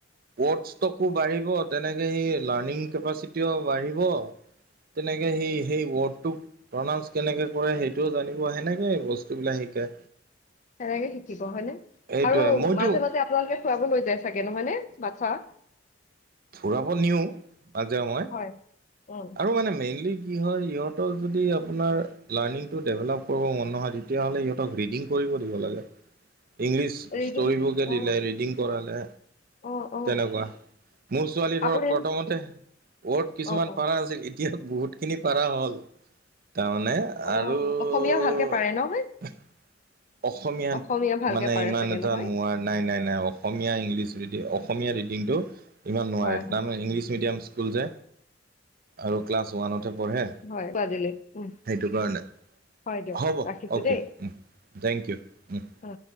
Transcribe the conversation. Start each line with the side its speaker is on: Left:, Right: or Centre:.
Right: ৱৰ্ডছ তকো বাঢ়িব! তেনেকে সি লাৰ্ণিং কেপাচিটিও বাঢ়িব! তেনেকে সেই, সেই ৱৰ্ডটোক প্ৰনাউন্স কেনেকে কৰে সেইটোও জানিব। তেনেকৈয়ে বস্তুবিলাক শিকে।
Left: তেনেকৈয়ে শিকিব হয়নে?
Right: সেইটোৱে
Left: আৰু
Right: মইতো
Left: মাজে-মাজে আপোনালোকে ফুৰাব লৈ যায় চাগে নহয় নে? বাচ্চা।
Right: ফুৰাব নিওঁ মাজে সময়ে!
Left: হয় উম
Right: আৰু মানে মেইনলি কি হয়, সিহঁতক যদি আপোনাৰ লাৰ্ণিংটো ডেভেলপ কৰিব মন নহয়, তেতিয়াহ'লে সিহঁতক ৰেকৰ্ডিং কৰি কৰিব দিব লাগে। ইংলিছ
Left: ৰিডিং
Right: ষ্টৰিবুক
Left: অ
Right: দিলে, ৰিডিং কৰালে
Left: অ অ
Right: তেনেকুৱা। মোৰ ছোৱালী ধৰক
Left: আপুনি
Right: প্ৰথমতে, ৱৰ্ড কিছুমান
Left: অ অ
Right: পাৰা আছিল। ই এতিয়া বহুত খিনি পাৰা হ'ল। তাৰমানে,
Left: অ
Right: আৰু
Left: অসমীয়া ভালকে পাৰে ন
Right: অসমীয়াত
Left: অসমীয়া ভালকে
Right: মানে
Left: পাৰে
Right: ইমান
Left: চাগে
Right: এটা
Left: নহয়
Right: নোৱাৰো। নাই, নাই, নাই অসমীয়া, ইংলিছ যদিও অসমীয়া ৰিডিংটো ইমান নোৱাৰে।
Left: হয় হয়
Right: তাৰমানে ইংলিছ মিডিয়াম ইচ স্কুল যে! আৰু ক্লাছ ওৱানত পঢে,
Left: হয় আজিলৈ উম
Right: সেইটো কাৰণে।
Left: হয় দিয়ক
Right: হ'ব
Left: ৰাখিছো
Right: অকে।
Left: দেই
Right: থেংক ইউ। ওহ।
Left: অ